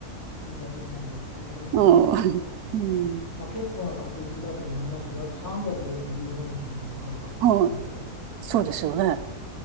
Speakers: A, on the left; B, on the right.
A: 苦手なんで分かりませんけど、
B: <laughs> うん、
A: まあ、結構な確率だと思いますよ。だって365日もあるわけで、
B: はい。そうですよね。